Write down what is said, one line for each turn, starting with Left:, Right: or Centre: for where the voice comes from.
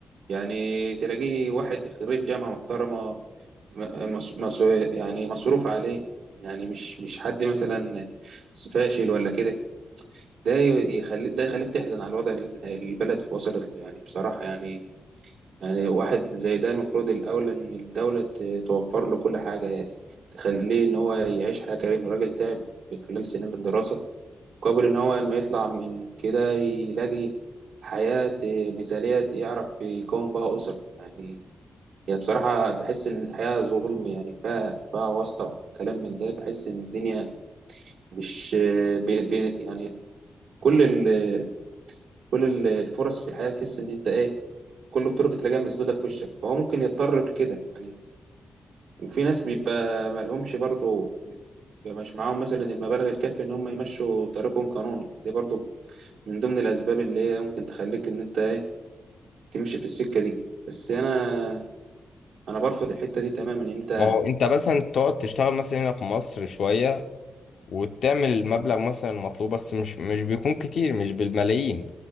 Right: يعني تلاقيه واحد خريج جامعة محترمة م- مس- مس- يعني مصروف عليه يعني مش مش حد مثلا فاشل ولا كده ده يخليك ده يخليك تحزن على الوضع اللي البلد وصلت له يعني بصراحة يعني يعني واحد زي ده المفروض الأول إن الدولة ت- توفر له كل حاجة يعني تخليه إن هو يعيش حياة كريمة الراجل تعب في خلال سنين الدراسة قبل إن هو لما يطلع من كده يلاقي حياة مثالية يعرف يكون بها أسرة يعني هي بصراحة بحس إن الحياة ظلم يعني فيها فيها واسطة وكلام من ده بحس إن الدنيا مش بي بي يعني كل ال كل ال- الفرص في الحياة تحس إن أنت إيه كل الطرق تلاقيها مسدودة في وشك فهو ممكن يضطر لكده يعني وفي ناس بيبقى مالهمش برضه بيبقى مش معاهم مثلا المبالغ الكافية إن هم يمشوا طريقهم قانوني دي برضه من ضمن الأسباب اللي هي ممكن تخليك إن أنت إيه تمشي في السكة دي بس أنا أنا برفض الحتة دي تماما إن أنت
Left: ما هو انت مثلا تقعد تشتغل مثلا هنا في مصر شويه وتعمل المبلغ مثلا المطلوب بس مش مش بيكون كتير مش بالملايين